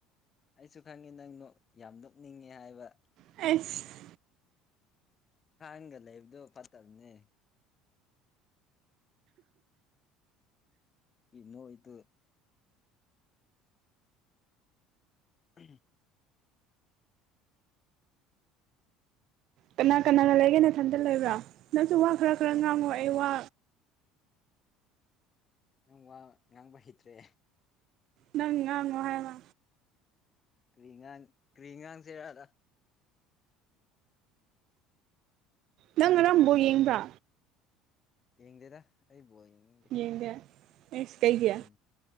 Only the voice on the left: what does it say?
ꯑꯩꯁꯨ ꯈꯪꯉꯤ ꯅꯪ ꯌꯥꯝ ꯅꯣꯛꯅꯤꯡꯉꯤ ꯍꯥꯏꯕ
ꯈꯥꯡꯒ ꯂꯩꯕꯗꯣ ꯐꯠꯇꯕꯅꯦ ꯏ ꯅꯣꯛ ꯏꯇꯨ ꯎꯝ
ꯑꯣ
ꯏꯊꯟꯇ
ꯂꯩ
ꯅꯪ ꯋꯥ ꯉꯥꯡꯕ ꯍꯩꯇ꯭ꯔꯦ
ꯀꯔꯤꯉꯥꯡ ꯀ꯭ꯔꯤꯉꯥꯡꯁꯦꯔꯗ
ꯌꯦꯡꯗꯦꯗ ꯑꯩ ꯕꯣ ꯌꯦꯡꯅꯤꯡꯗꯦ
ꯎꯝ